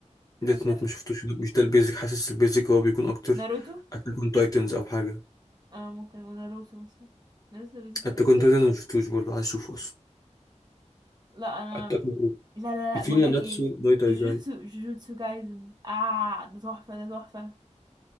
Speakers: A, on the left (about 30°); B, on the right (about 35°).
A: ديث
B: حاسه
A: نوت ما شفتوش ده- مش ده البيزك حاسس البيزك هو بيكون اكتر
B: ناروتو
A: اتاك اون تايتنز او حاجه
B: اه ممكن وناروتو مثلا ناروتو بيزك اوي
A: اتاك اون تايتنز ما شفتوش برضه عايز اشوفه اصلا
B: لا انا
A: اتاك اون
B: لا لا
A: تايتنز
B: لا بقول
A: في ناناتسو
B: لك ايه
A: نو تايزاي
B: جوجوتسو جوجوتسو جايزن اه ده تحفه ده تحفه